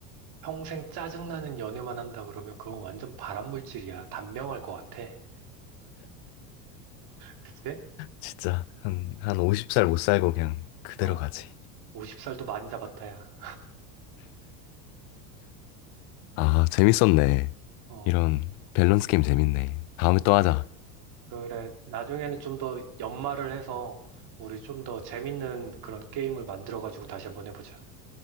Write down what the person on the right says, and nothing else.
평생 짜증나는 연애만 한다 그러면 그건 완전 발암물질이야. 단명할 것 같아. 그치?
어,
50살도 많이 잡았다야.
어,
그래.
그래, 나중에는 좀 더 연말을 해서 우리 좀 더 재밌는 그런 게임을 만들어가지고 다시 한번 해보자.